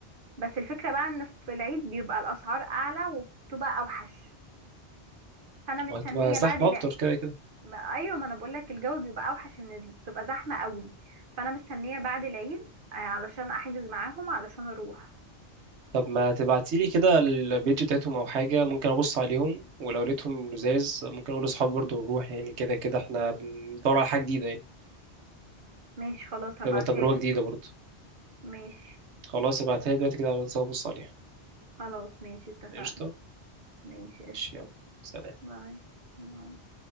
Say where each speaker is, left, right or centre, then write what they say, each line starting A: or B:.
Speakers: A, on the right; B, on the right.
A: بس الفكرة بقى ان في العيد بيبقى الاسعار اعلى وبتبقى اوحش فانا مستنية
B: وهتبقى زحمة
A: بعد الع...
B: أكتر كده
A: ما- ايوه ما انا بقولك الجو بيبقى اوحش ان بتبقى زحمة قوي فانا مستنية بعد العيد آه، علشان احجز معاهم علشان اروح
B: طب ما تبعتيلي كده البيج بتاعتهم او حاجه ممكن ابص عليهم ولو لقيتهم لزاز ممكن اقول لاصحابي برضه ونروح يعني كده كده احنا بندور على حاجه جديده يعني
A: ماشي خلاص هبعتها
B: تبقى تجربه
A: لك
B: جديده برضه
A: ماشي
B: خلاص ابعتها لي دلوقتي كده على الواتساب ابص عليها
A: خلاص ماشي اتفقنا
B: قشطه
A: ماشي قشطة
B: ماشي، يلا سلام
A: باي باي